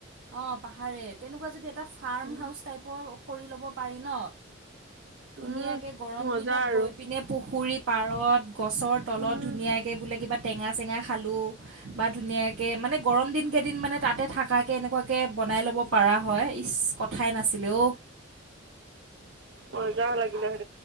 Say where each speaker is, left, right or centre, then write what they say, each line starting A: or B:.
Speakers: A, on the right; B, on the right.
A: অ পাহাৰে তেনেকুৱা যদি এটা ফাৰ্ম
B: উম
A: হাউচ টাইপৰ কৰি ল'ব পাৰি ন ধুনীয়াকে
B: উম
A: গৰম
B: মজা
A: দিনত
B: আৰু
A: গৈ পিনে পুখুৰীত পাৰত গছৰ তলত
B: উম
A: ধুনীয়াকে বোলে কিবা টেঙা -চেঙা খালো বা ধুনীয়াকে মানে গৰম দিন কেইদিন মানে তাতে থাকাকে এনেকুৱাকে বনাই ল'ব পৰা হয় ইচ কথাই নাছিলে ঔ।
B: মজা লাগিলে
A: আ-